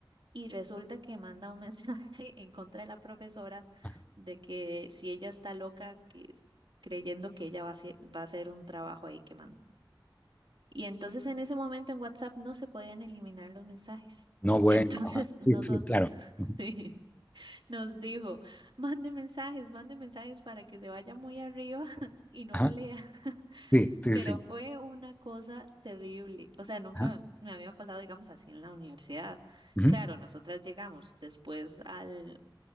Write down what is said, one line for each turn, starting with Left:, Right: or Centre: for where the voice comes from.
Right: y resulta que manda un mensaje <laughs> en contra de la profesora
Left: ajá.
Right: de que si ella está loca, que creyendo que ella va a hacer, va a hacer un trabajo ahí que mandó. Y entonces en ese momento en WhatsApp no se podían eliminar los mensajes.
Left: No, bueno,
Right: Entonces
Left: ajá. Sí,
Right: nosotros
Left: sí, sí, claro.
Right: <laughs>
Left: Ujú,
Right: sí, nos dijo, mande mensajes, mande mensajes para que se vaya muy arriba <laughs> y no
Left: Ajá.
Right: lo lea
Left: Sí, sí,
Right: pero
Left: sí, sí.
Right: fue una cosa terrible. O sea, nunca
Left: Ajá.
Right: me había pasado, digamos, así en la universidad.
Left: ujú,
Right: Claro, nosotras llegamos después al,